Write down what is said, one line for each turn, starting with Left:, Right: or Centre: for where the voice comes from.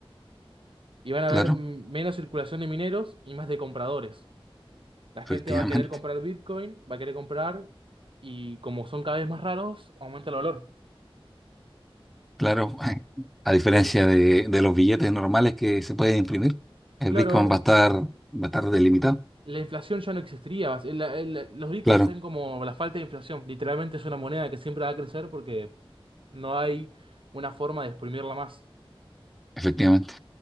Right: y van a
Centre: claro,
Right: haber mm, menos circulación de mineros y más de compradores. La
Centre: efectivamente.
Right: gente va a querer comprar bitcoin, va a querer comprar, y como son cada vez más raros, aumenta el valor.
Centre: Claro, <laughs> a diferencia
Right: Eh,
Centre: de, de los billetes normales que se pueden imprimir, el
Right: claro,
Centre: bitcoin va a estar, va a estar delimitado.
Right: La inflación ya no existiría. El- el- los bitcoins
Centre: Claro,
Right: son como la falta de inflación. Literalmente es una moneda que siempre va a crecer porque no hay una forma de exprimirla más.
Centre: efectivamente